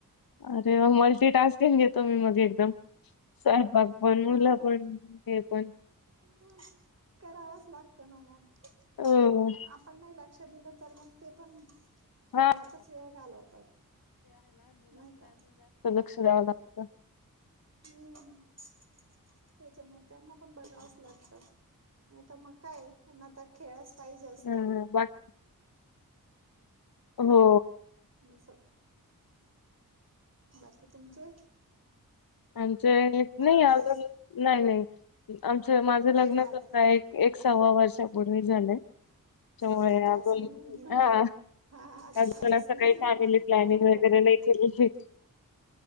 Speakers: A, on the left (about 75°); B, on the right (about 45°).
A: अरे मल्टी टास्किंग घेतो मी मग एकदम साहेबाग बन
B: मग
A: मुलं
B: आता
A: पण हे पण
B: मग करावाच लागत ना मग
A: हो
B: आपण नाही लागत लक्ष दिलं तर मग ते पण खेळण्यातचाच
A: हा.
B: वेळ घालवतात नाही का
A: अ
B: हम्म त्याच मा त्यांना पण बघावंच लागत आता मग काय त्यांना आ खेळच पाहिजे असतो
A: अ बाकी हो
B: बस बाकी तुमचे
A: आमचे
B: लहान
A: नाही अजून
B: आहेत
A: नाही नाही आमचं माझं
B: नाही
A: लग्न
B: का अजून
A: झा एक सव्वा वर्षापूर्वी झाले त्यामुळे
B: हा म्हणजे अजून
A: अज
B: निवली
A: हा
B: हा
A: अजून
B: काहीच
A: असं
B: नाही
A: काही फॅमिली प्लॅनिंग
B: अजून
A: वगैरे
B: काही
A: नाही के